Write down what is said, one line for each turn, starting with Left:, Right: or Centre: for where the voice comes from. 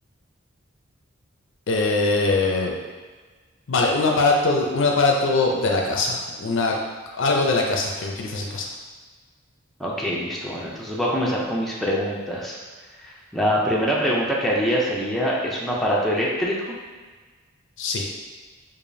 Left: eh, vale, un aparato, un aparato de la casa. Una, algo de la casa que utilizas en casa.
Centre: Ok, listo. Bueno, entonces voy a comenzar con mis preguntas. La primera pregunta que haría sería, ¿es un aparato eléctrico?
Left: Sí.